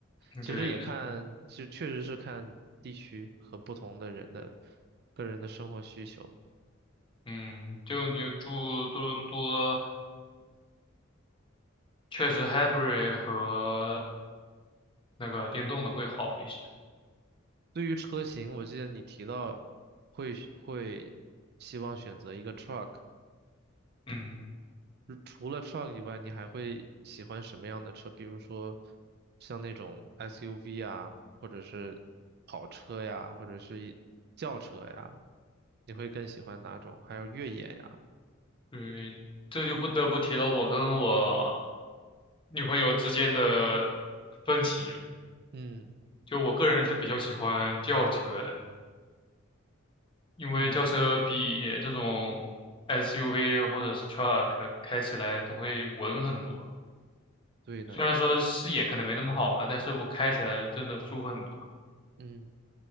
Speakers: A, on the left; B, on the right.
A: 嗯对，
B: 其实也看，
A: 那
B: 其实确实是看地区和不同的人的个人的生活需求。
A: 嗯，就你住多伦多，确实 hybrid 和那个电动的会好一些。
B: 对于车型，我记得你提到会会希望选择一个 truck，
A: 嗯，
B: 如除了 truck 以外，你还会喜欢什么样的车？比如说像那种 SUV 啊，或者是跑车呀，或者是一轿车呀，你会更喜欢哪种？还有越野呀？
A: 对，这就不得不提到我跟我女朋友之间的分歧了。
B: 嗯
A: 就我个人是比较喜欢轿车的。因为轿车比这种
B: 嗯，
A: SUV 或者是 truck 开起来都会稳很多，
B: 对的，
A: 虽然说视野可能没那么好吧，但是我开起来真的舒服很多。
B: 嗯，